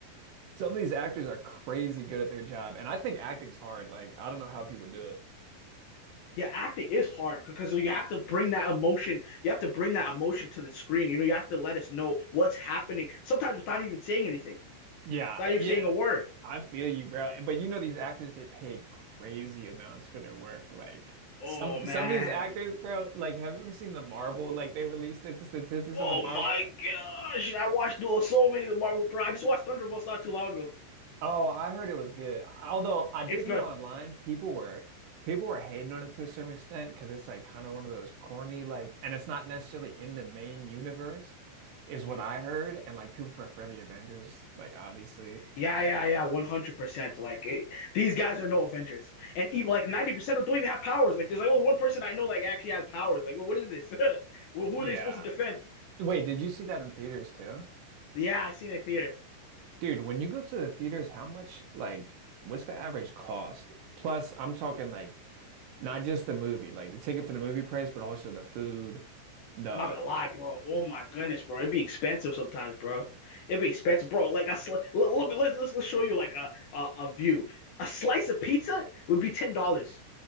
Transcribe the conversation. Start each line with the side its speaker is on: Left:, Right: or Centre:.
Right: some of these actors are crazy good at their job. And I think acting's hard. Like, I don't know how people do it.
Left: Yeah, acting is hard because you have to bring that emotion. You have to bring that emotion to the screen. You know, you have to let us know what's happening. Sometimes without even saying anything,
Right: Yeah,
Left: without
Right: I-
Left: even
Right: yeah.
Left: saying a word.
Right: I feel you, bro. But you know these actors get paid crazy amounts for their work. Like
Left: Oh
Right: some
Left: man.
Right: some of these actors, bro, like have you ever seen the Marvel? Like they released the statistics
Left: Oh
Right: on the Marvel?
Left: my gosh! I watched uh, so many of the Marvel, bro. I just watched Thunderbolts not too long ago.
Right: Oh, I heard it was good. Although I did
Left: It's good.
Right: hear online people were people were hating on it to a certain extent because it's like kind of one of those corny like, and it's not necessarily in the main universe, is
Left: Mm.
Right: what I heard. And like people prefer the Avengers, like obviously.
Left: Yeah, yeah, yeah, 100%. Like it, these guys are no Avengers. And even like 90% of them don't even have powers. Like there's like only one person I know like actually has powers. Like, well, what is this? <laughs> well, who
Right: Yeah.
Left: are they supposed to defend?
Right: Wait, did you see that in theaters too?
Left: Yeah, I seen it in theaters.
Right: Dude, when you go to the theaters, how much like what's the average cost? Plus, I'm talking like not just the movie, like the ticket for the movie price, but also the food, the
Left: I'm not gonna lie, bro. Oh my goodness, bro. It'd be expensive sometimes, bro. It'd be expensive, bro. Like I sl let, let me let's, let's let's show you like a, a a view. A slice of pizza would be ten dollars.